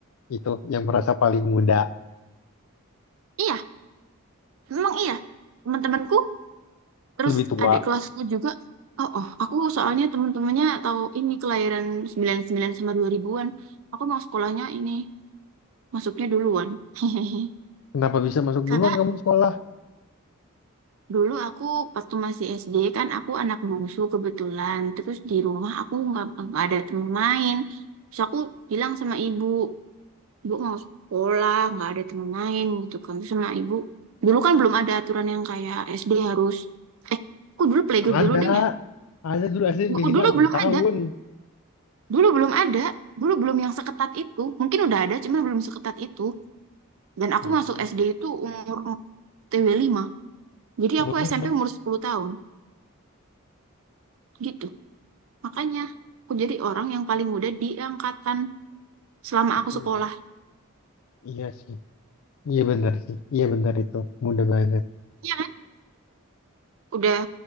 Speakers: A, on the left (about 75°); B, on the right (about 70°).
A: itu, yang merasa paling muda,
B: Iya, memang iya. Teman-temanku, terus
A: lebih tua.
B: adik kelasku juga. Oh, oh, aku soalnya teman-temannya tahu ini kelahiran 99 sama 2000-an. Aku mau sekolahnya ini, masuknya duluan. <laughs>
A: Kenapa bisa masuk
B: Kakak,
A: duluan kamu sekolah?
B: dulu aku waktu masih SD kan aku anak bungsu kebetulan. Terus di rumah aku nggak nggak ada temen main. Terus aku bilang sama ibu, ibu mau sekolah, nggak ada temen main gitu kan. Terus sama ibu, dulu kan belum ada aturan yang kayak SD harus, eh, aku dulu playgroup
A: Ada.
B: dulu deh ya.
A: Ada dulu SD
B: Bu-
A: minimal
B: Dulu
A: 6
B: belum
A: tahun.
B: ada, dulu belum ada, dulu belum yang seketat itu. Mungkin udah ada, cuman belum seketat itu. Dan aku
A: Mm-mm.
B: masuk SD itu umur TW 5. Jadi
A: Umur
B: aku
A: lima.
B: SMP umur 10 tahun, gitu. Makanya aku jadi orang yang paling muda di angkatan selama aku
A: Mm,
B: sekolah.
A: Iya sih. Iya benar sih. Iya benar itu. Muda banget.
B: Iya kan? Udah